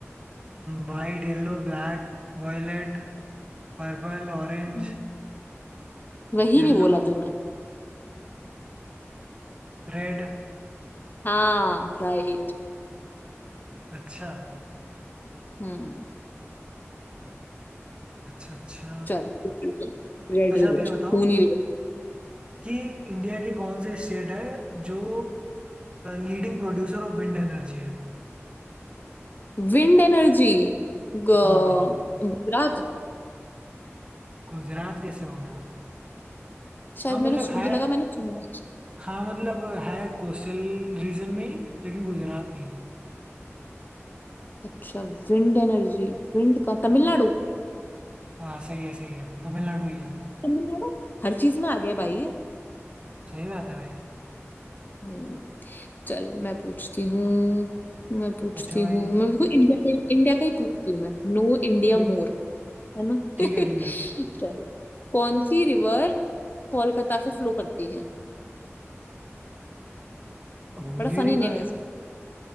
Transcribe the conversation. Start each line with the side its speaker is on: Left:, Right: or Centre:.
Right: White yellow black violet purple orange
Left: हम्म। वही
Right: Yellow
Left: नहीं बोला तूने
Right: red
Left: हाँ राइट
Right: अच्छा
Left: हम्म
Right: अच्छा अच्छा
Left: चल रेड
Right: अच्छा
Left: रिवर
Right: आप ये बताओ
Left: खूनी रिवर
Right: कि इंडिया की कौन सी स्टेट है जो leading producer of wind energy है
Left: Wind energy Gujarat
Right: हाँ भाई गुजरात कैसे हो गया
Left: शायद
Right: हाँ मतलब
Left: मैंने सु- मुझे
Right: है
Left: लगा मैंने सुना है
Right: हाँ मतलब है कोस्टल रीजन में ही लेकिन गुजरात नहीं है
Left: अच्छा विंड एनर्जी विंड का तमिलनाडु
Right: हाँ सही है सही है तमिलनाडु ही है
Left: तमिलनाडु हर चीज में आ गया भाई ये
Right: सही बात है भाई
Left: हम्म चल मैं पूछती हूँ मैं पूछती
Right: पूछो भाई
Left: हूँ मैं बिल्कुल इंडिया का ही- इंडिया का ही पूछती हूँ मैं नो इंडिया
Right: ठीक
Left: मोर है ना
Right: ठीक
Left: <laughs>
Right: है ठीक है
Left: चल कौन सी रिवर कोलकाता से फ्लो करती है
Right: हुगली
Left: बड़ा फनी
Right: रिवर
Left: नेम है